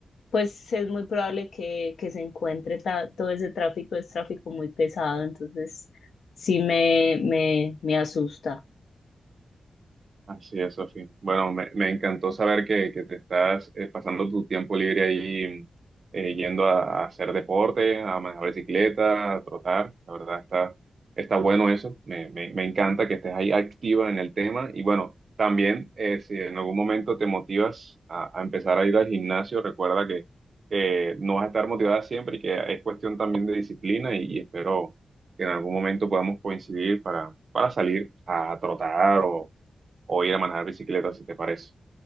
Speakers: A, on the left (about 85°); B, on the right (about 50°).
A: pues es muy probable que, que se encuentre ta- todo ese tráfico, es tráfico muy pesado, entonces sí me, me, me asusta.
B: Así es, Sofía. Bueno, me, me encantó saber que, que te estás eh, pasando tu tiempo libre ahí eh, yendo a, a hacer deporte, a manejar bicicleta, a trotar. La verdad está, está bueno eso. Me, me, me encanta que estés ahí activa en el tema. Y bueno, también eh, si en algún momento te motivas a, a empezar a ir al gimnasio, recuerda que eh, no vas a estar motivada siempre y que es cuestión también de disciplina y, y espero que en algún momento podamos coincidir para, para salir a trotar o o ir a manejar bicicleta, si te parece.